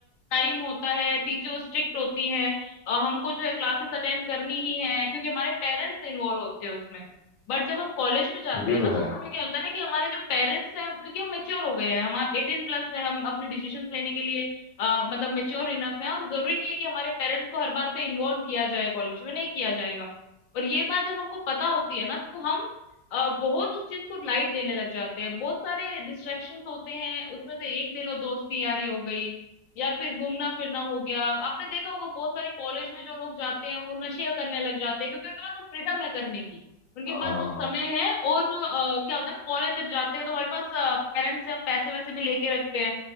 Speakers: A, on the left; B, on the left.
A: टाइम होता है टीचर स्ट्रिक्ट होती हैं अ, हमको जो है क्लासेस अटेंड करनी ही है क्योंकि हमारे पेरेंट्स इन्वॉल्व होते हैं उसमें बट जब हम कॉलेज में जाते
B: ये
A: हैं
B: तो
A: ना तो
B: है
A: उस समय क्या होता है ना कि हमारे जो पेरेंट्स हैं क्योंकि हम मेच्योर हो गए हैं हम एटीन प्लस है हम अपने डिसीजन लेने के लिए अ, मतलब मेच्योर इनफ है और जरूरी नहीं है कि हमारे पेरेंट्स को हर बात पे इन्वॉल्व किया जाए कॉलेज में नहीं किया जाएगा और ये बात जब हमको पता होती है ना तो हम अ, बहुत उस चीज को लाइट लेने लग जाते हैं बहुत सारे डिस्ट्रैक्शंस होते हैं उसमें से एक ले लो दोस्ती यारी हो गई या फिर घूमना फिरना हो गया आपने देखा होगा बहुत सारे कॉलेज में जो लोग जाते हैं वो नशे करने लग जाते हैं क्योंकि उनके पास वो फ्रीडम है करने की उनके
B: हाँ
A: पास वो समय है और अ, क्या होता है ना कॉलेज जब जाते हैं तो हमारे पास पेरेंट्स से हम पैसे वैसे भी लेके रखते हैं